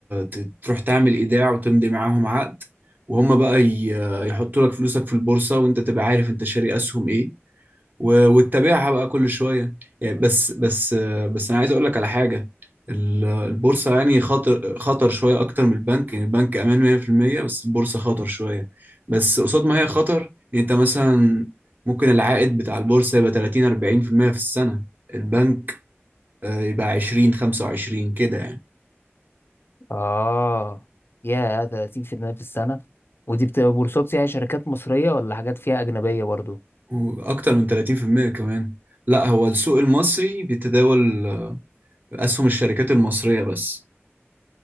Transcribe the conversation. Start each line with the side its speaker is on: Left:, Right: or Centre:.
Right: ت- تروح تعمل إيداع وتمضي معاهم عقد وهم بقى ي- يحطوا لك فلوسك في البورصة وانت تبقى عارف انت شاري أسهم ايه و- وتتابعها بقى كل شويه يعني بس بس بس انا عايز اقول لك على حاجه ال- البورصه يعني خطر خطر شويه اكتر من البنك يعني البنك امان 100% بس البورصه خطر شويه بس قصاد ما هي خطر يعني انت مثلا ممكن العائد بتاع البورصه يبقى 30 40% في المية في السنه البنك آه، يبقى 20 25 كده يعني
Left: اه يا 30% في المية في السنة ودي بتبقى بورصات يعني شركات مصرية ولا حاجات فيها أجنبية برضو
Right: واكتر من 30% كمان لا هو السوق المصري بيتداول آه، اسهم الشركات المصريه بس